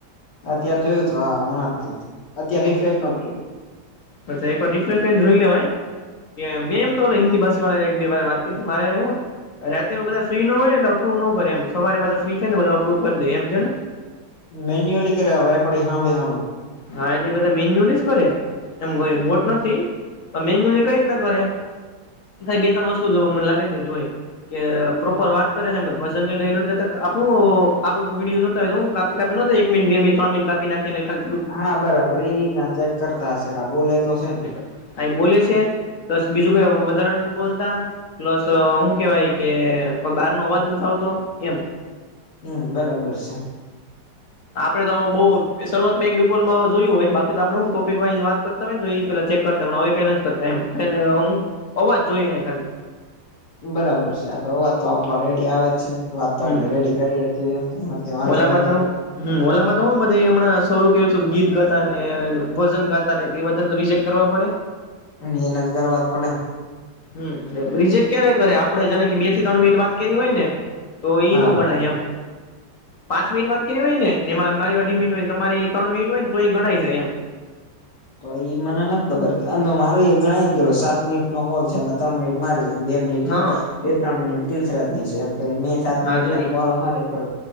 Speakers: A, on the left (about 75°); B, on the left (about 55°).
A: અત્યારે જોયું હતું હા હમણાં્યા અત્યારે રિફેશ કરું
B: અચ્છા એક વાર રિફેશ કરી ને જોઈ લેવાય કે
A: કર્યું
B: મેમ તો હિન્દી ભાષ. જોડે એક દિ વાર વાત કરી મારે હું. રાતે બધા ફ્રી નો હોય ને અપ્રવ નો કરે એમ સવારે પાસે ફ્રી થાય ને બધ અપ્રવ કરી દે એમ જણ.
A: મેન્યઅલી કર વેકો હાભી હાભી.
B: હા એટલે એ બધા મેન્યુઅલ જ કરે. એમઈ બોટ નથી પણ મેન્યુઅલી કઈ રીતના કરે. બે તણ વસ્તુ લઉ મને લાગે ને જોએ. કે પ્રોપર વાત કરે છેમ કે ભજન કે ગઈતા આપણું આપડો વિડીયો તો કાપી કાપી એકિ બે મિત્ર મિ કપી નાખીને ખા
A: હા બરાબર એ રીતના ચેક કરતા હશે કે બોલે તો છે ને.
B: કાય બોલે છે બસ બીજું કઈ વધારા નથી બોલતા. પ્લસ હું કેવાય કે બાર નો અવાજ નથી આવતો એમ.
A: હમ બરાબર છે.
B: આપડે તો બઉ શરૂઆતમાં એક બિપોલમાં જોયું હોય બાકી તો આપડું હું ટોપિક વાઈ વાત કર. નવીન ભાઈ ઇ પેલા ચેક કરતા હમણાં નથી કરતા એમ <inaudible> હું અવાજ જોઈ એને ખાલી.
A: બરાબર છે આ તો અવાજ તો આપડો રેડી આવે જ છે. વાત તો
B: હમ
A: આપડે રેડી કરીએ છીએ એમ કઈ વાંધો
B: ઓલામાં
A: નથી.
B: તો હમ ઓલામાં તો હય બધા હમણાં સું કરું ગીત ગાતા ને ભજન ગાતા. એ તો રિજેક કરવા પડે.
A: એના જગર વાત પડે.
B: હમ રીજેક્ટ ક્યારે કરે? આપડે જાને કે બે થી ત્રણ મિનિટ વાત કેવી હોય ને? તો એઈ
A: હા
B: ન ગણાય એમ. પાંચ મિનિટ વાત કરી હોય ને. એમાં મા અઢી મીટ હોય ને, તમારી ત્રણ મિટ હોય ને તો એ ગણાય જાય એમ.
A: તો ઈ મને નથી ખબર કે અમ મારું એ ગણાય જ ગે સાત મિનિટ નો કોલ છેમાં ત્રણ મિનિટ મારી છે. બે મિનિટ
B: હા
A: બે ત્રણ મિનિટ તીર્થરાત ની છે એમ મે. સાત
B: હા
A: મિનિટ
B: જોઈ
A: ના પોલ અમારે છે.